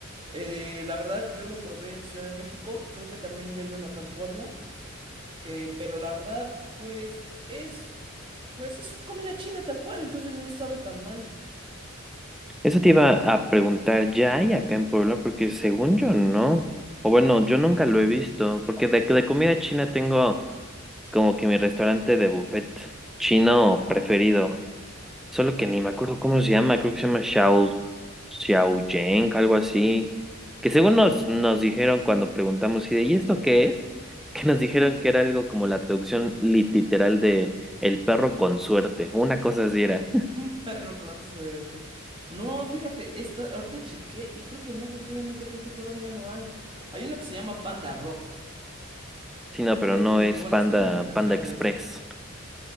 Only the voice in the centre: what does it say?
Eso te iba a preguntar, ¿ya hay acá en Puebla? Porque según yo no. O bueno, yo nunca lo he visto, porque de, de comida china tengo como que mi restaurante de buffet chino preferido. Solo que ni me acuerdo cómo se llama, creo que se llama Xiao, Xiao Yang, algo así. Que según nos, nos dijeron cuando preguntamos, y de, ¿y esto qué es? <laughs> Que nos dijeron que era algo como la traducción lit- literal de el perro con suerte. Una cosa así era.
Sí, no, pero
no
es
Panda,
Panda Express.